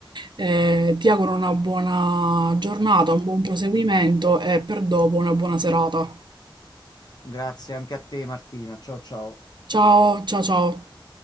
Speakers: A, on the right (about 60°); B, on the left (about 50°).
A: Eh, ti auguro una buona giornata, un buon proseguimento e per dopo una buona serata.
B: Grazie anche a te, Martina. Ciao ciao.
A: Ciao, ciao, ciao.